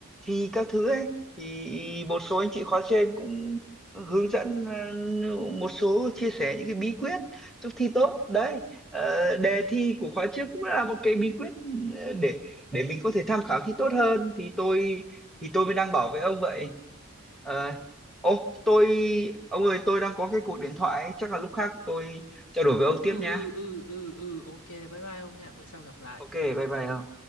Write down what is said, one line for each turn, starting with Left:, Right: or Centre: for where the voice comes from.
Centre: thi các thứ ấy thì một số anh chị khóa trên cũng hướng dẫn ờ, một số chia sẻ những cái bí quyết giúp thi tốt đấy ờ, đề thi của khóa trước cũng là một cái bí quyết ờ, để để mình có thể tham khảo thi tốt hơn thì tôi thì tôi mới đang bảo với ông vậy Ờ, ô tôi ông ơi tôi đang có cái cuộc điện thoại ấy, chắc là lúc khác tôi trao đổi với ông
Left: Ừ
Centre: tiếp nha
Left: ừ ừ ừ ừ ok bye bye ông nha, bữa sau gặp lại.
Centre: ok
Left: Ừ.
Centre: bye bye ông